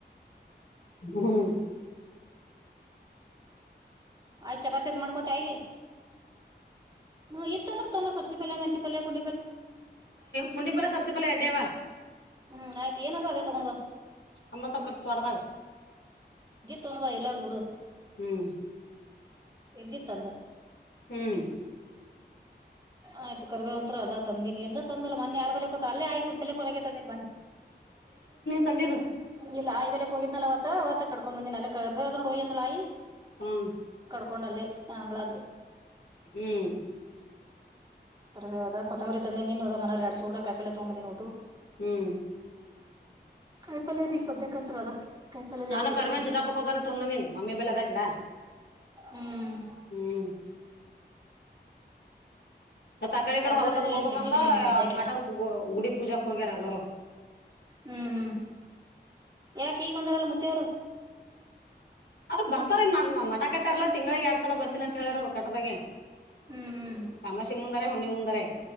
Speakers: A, on the left; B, on the right.
A: ಹ್ಮ್
B: ಆಯ್ ಚಪಾತದ ಮಾಡ್ಕೊಟ್ಟ ಹೇಗೆ ಹಂ ತೊಂಡ್ರ ತುಂಬ ಸಸೆ ಮೆಹತಿ ಪಲ್ ಪು
A: ಪುಂಡಿಪಲ್ಲ ಸಬ್ಸೆಪಲ್ಲ ಎಡ್ಡವಾ
B: ಹ್ಮ್ ಆಯ್ತು ಏನದ ಅದೇ ತಗೊಂಡ್
A: ಅಮ್ಮ ಸೊಕ್ಕ್ರತಿ ತೊಡದ
B: ತೊೊಂಡ ಬ ಎಲ್ಲಾರುೂಡು
A: ಹ್ಮ್
B: ಎಜ ತಂದೆ
A: ಹ್ಮ್
B: ಆಯ್ತು ಕರ್ದೇವಂತ್ರರು ಅದ ತಂದಿನಿ ಎಂದ ತಂದಲ್ಲ ಮನ್ೆ ಯಾರ್ ಬೇ ಅಲ್ಲೇ ಆಯ ಒಬಲೆ ಒಲಗತದೆ ಮನ್
A: ತಂದ
B: ಇಲ್ಲ ಆ್ಲೆ ಹೋಗಿದ್ನ ಅವ ಅವತ್ತ ಕಕೊ ಬಂದಿನ ಒಯಂದ್ಳಾಯಿ
A: ಹ್ಮ್
B: ಕಡ್ಕೊಂಡಲ್ಲೆ ಆಂಗ್ಗಳದ್ದು
A: ಹ್ಮ್
B: ತರದ ಕೊತ್ತಂಬರಿ ತಂದೆ ನೀನು ಹೋದ ಮನ ಎರಡ್ ಸುಡ ಕಾಯಲೆ ತಗಂಬಿದಿನಿ ಟು
A: ಹ್ಮ್
B: ಕಾಯಿ ಪಲ್ಯ ರೀ ಸದ್ಯಕಂತ್ತ್ರ ಅದ ಕಾಯಿಪಲ್ಯದ
A: ನಾನು
B: ಎಟು ಅಕ್ಷರಿ
A: ಕರಿಬೇನ್ ಚಿತ್ತಾಪುರಕ್ ಹೋದಲ್ಲಿ ತೊಂಬಂದಿನಿ ಮಮ್ಮಿ ಬೆಳೆದ ಗಿಡ
B: ಹ್ಮ್
A: ಹ್ಮ್ ತಕಾರಿ ಕಡೆ
B: ತರಕಾರಿದ
A: ಹೊಲ್ಕದ್ ಹೋಗ್ಬೇಕಂದ
B: ಏನ್ ಟೆನ್ಷನ್ ಇಲ್ಲ ಸದ್ಯಕ್ಕಿನ
A: ಮಟದ ಗುಡಿ ಪೂಜಾಕ್ ಹೋಗ್ಯಾರ ಎಲ್ಲರು
B: ಹ್ಮ್ ಹ್ಮ್ ಯಾಕ ಈಗ ಬಂದಾರಲ್ಲ ಮತವರು
A: ಅ್ರ್ ಬರ್ತಾರೆೀ ಮ ಮಠ ಕಟ್ಟಿರ್ಲ್ಲ ತಿಂಗಂಳಗ್ ಎರಡ್ ಸಲ ಬರ್ತೀನಿಂತ ಹೇಳಾರ ಅವ್ರು ಕಟ್ಟದಾಗೆ
B: ಹ್ಮ್ ಹ್ಮ್
A: ತಮಾಸಿ ಮುಂದಾರೆ ಹುಣ್ಣಿ ಮುಂದರೇ